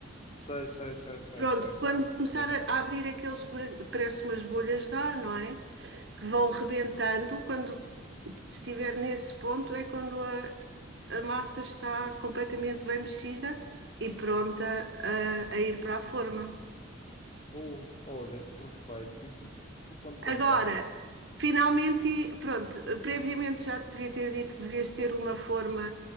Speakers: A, on the left (about 30°); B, on the right (about 60°).
A: Sei, sei, sei, sei,
B: Pronto,
A: sei, sei.
B: quando começar
A: Olha,
B: a abrir aqueles buracos, parece umas bolhas de ar, não é? que vão rebentando. Quando estiver nesse ponto, é quando a, a massa está completamente bem mexida e pronta a, a ir para a forma.
A: Boa. Olha, perfeito. E depois fica quanto tempo
B: Agora,
A: lá dentro?
B: finalmente, pronto, previamente já te devia ter dito que devias ter uma forma,